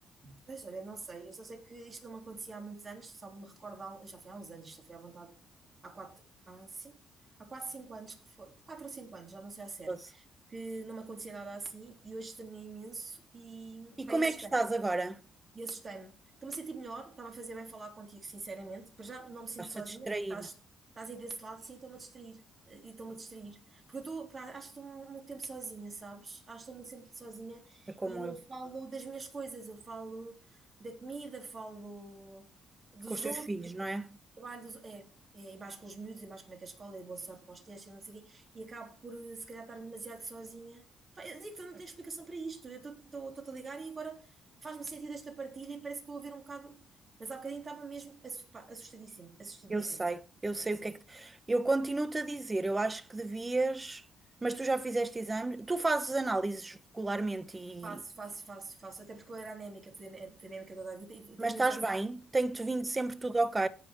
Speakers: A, on the right; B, on the right.
A: Pois, olha, não sei. Eu só sei que isto não me acontecia há muitos anos, só me recordo, há um- já foi há uns anos, já foi à vontade, há quatro, há cinco, há quase cinco anos que foi, quatro ou cinco anos, já não sei ao certo,
B: Pois.
A: que não me acontecia nada assim e hoje também imenso e
B: E
A: vai
B: como
A: assustar.
B: é que estás agora?
A: E assustei-me. Estou-me a sentir melhor, estava a fazer bem falar contigo, sinceramente. Para já não me sinto
B: Estás-te
A: sozinha,
B: distrair,
A: porque estás, estás aí desse lado, sim, estou-me a distrair. eh, E estou-me a distrair. Porque eu estou, pá, acho que estou muito tempo sozinha, sabes? Acho que estou muito sempre sozinha
B: é como
A: e não
B: eu,
A: falo das minhas coisas. Eu falo da comida, falo dos
B: com os teus
A: outros,
B: filhos, não é?
A: trabalho dos, é, é, e mais com os miúdos, e mais como é que a escola, e boa sorte para os testes, e não sei o quê, e acabo por, eh, se calhar, estar demasiado sozinha. Pá, eu digo que eu não tenho explicação para isto, eu estou-te a ligar e agora faz-me sentido esta partilha e parece que estou a ver um bocado, mas há bocadinho estava mesmo assu- pá, assustadíssima, assustadíssima,
B: Eu sei,
A: assustadíssima.
B: eu sei o que é que. Eu continuo-te a dizer, eu acho que devias, mas tu já fizeste exames, tu fazes análises regularmente e.
A: Faço, faço, faço, faço, até porque eu era anémica, fui ané- fui anémica toda a vida e
B: Mas
A: tenho
B: estás
A: um exame.
B: bem, tem-te vindo sempre tudo ok.